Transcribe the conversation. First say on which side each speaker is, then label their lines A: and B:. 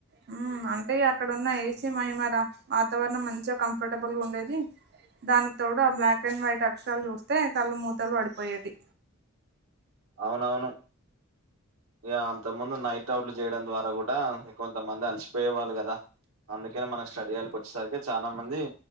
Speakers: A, on the right; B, on the right.
A: హ్మ్ అంటే ఇ అక్కడ ఉన్న ఏసీ మహిమ రా వాతావరణం మంచిగా కంఫర్టబుల్గా ఉండేది దానికి తోడు ఆ బ్లాక్ అండ్ వైట్ అక్షరాలు జూస్తే కళ్ళు మూతలు వడిపోయేటి
B: అవునవును ఇగ అంత ముందు నైట్ అవుట్లు చేయడం ద్వారా కూడా కొంతమంది అలసిపోయే వాళ్లు కదా అందుకనే మనకి స్టడీయాల్ కొచ్చసరికి తె చానా మంది